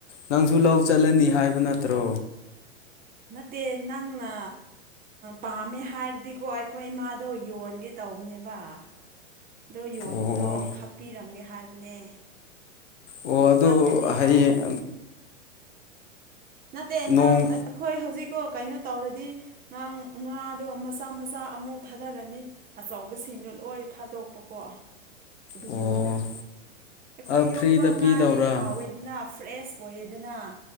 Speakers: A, on the left; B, on the right.
A: ꯅꯪꯁꯨ ꯂꯧ ꯆꯠꯂꯅꯤ ꯍꯥꯏꯕ ꯅꯠꯇ꯭ꯔꯣ
B: ꯅꯠꯇꯦ ꯅꯪꯅ ꯄꯥꯝꯃꯦ ꯍꯥꯏꯔꯗꯤꯀꯣ ꯑꯩꯈꯣꯏ ꯏꯃꯥꯗꯣ ꯌꯣꯟꯒꯦ ꯇ ꯇꯧꯕꯅꯦꯕ ꯑꯗꯣ ꯌꯣꯟꯕꯗꯣ
A: ꯑꯣ
B: ꯈꯥꯛꯄꯤꯔꯝꯒꯦ ꯍꯥꯏꯕꯅꯦ
A: ꯑꯣ ꯑꯗꯨ
B: ꯆꯠꯀꯅꯤ
A: ꯍꯌꯦꯡ
B: ꯂꯧ ꯅꯠꯇꯦ
A: ꯅꯣꯡ
B: ꯅꯪ ꯑꯩꯈꯣꯏ ꯍꯧꯖꯤꯛꯀ ꯀꯩꯅꯣ ꯇꯧꯔꯗꯤ ꯉ ꯉꯥꯗꯣ ꯃꯆꯥ ꯃꯆꯥ ꯑꯃꯨꯛ ꯊꯥꯗꯔꯅꯤ ꯑꯆꯧꯕꯁꯤꯡꯗꯣ ꯠꯂꯣꯏ ꯐꯥꯗꯣꯛꯄꯀꯣ ꯑꯗꯨꯒꯤꯅꯤꯗ
A: ꯑꯣ
B: ꯑꯩꯈꯣꯏ
A: ꯐ꯭ꯔꯤꯗ
B: ꯌꯣꯛꯄ
A: ꯄꯤꯗꯧꯔꯥ
B: ꯉꯥꯗꯤ ꯍꯥꯎꯋꯦꯗꯅ ꯐ꯭ꯔꯦꯁ ꯑꯣꯏꯌꯦꯗꯅ